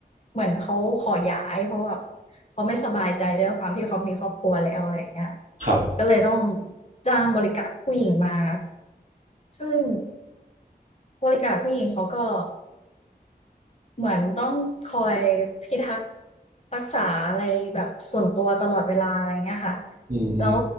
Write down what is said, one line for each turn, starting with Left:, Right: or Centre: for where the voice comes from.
Left: เหมือนเขาขอย้ายเพราะแบบเขาไม่สบายใจด้วยความที่เขามีครอบครัวแล้วอะไรอย่างเงี้ย
Right: ครับ
Left: ก็เลยต้องจ้างบริการผู้หญิงมาซึ่ง บริการผู้หญิงเขาก็เหมือนต้องคอยพิทักษ์รักษาอะไรแบบส่วนตัวตลอดเวลาอะไรเงี้ยค่ะ
Right: อืม
Left: แล้ว